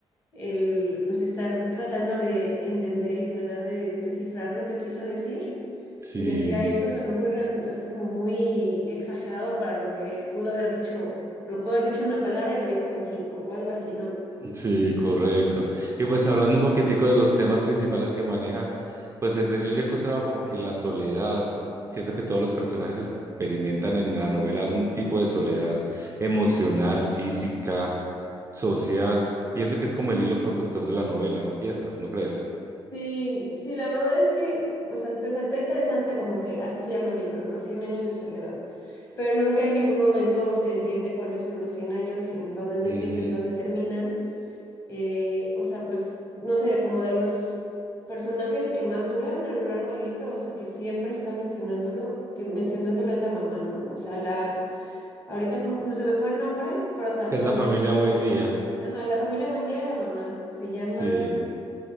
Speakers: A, on the left; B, on the right.
A: el, pues estar tratando de entender y tratar de descifrar lo que quiso decir
B: Sí.
A: y decir, ay, esto sonó muy, ren- así como muy exagerado para lo que pudo haber dicho, lo pudo haber dicho en una palabra y lo dijo con cinco o algo así, ¿no?
B: Sí, correcto. Y pues hablando un poquitico de los temas principales que maneja, pues entre ellos yo encontraba como que la soledad, siento que todos los personajes experimentan en la novela algún tipo de soledad emocional, física, social. Pienso que es como el hilo conductor de la novela, ¿no piensas? ¿No crees?
A: Sí, sí, la verdad es que, o sea, está, está interesante como que así se llama el libro, ¿no? Cien años de soledad. Pero nunca en ningún momento se entiende cuáles son los 100 años, en ca- dónde
B: Ujú.
A: empiezan, dónde terminan. Eh, o sea, pues, no sé, como de los personajes que más duran a lo largo del libro, o sea, que siempre está mencionándolo, que mencionándolo es la mamá, ¿no? O sea, la, ahorita como, no se me fue el nombre, pero o sea,
B: Que es
A: con
B: la familia
A: la que empieza,
B: buen día.
A: ajá, la familia Buendía, la mamá, se llama...
B: Sí,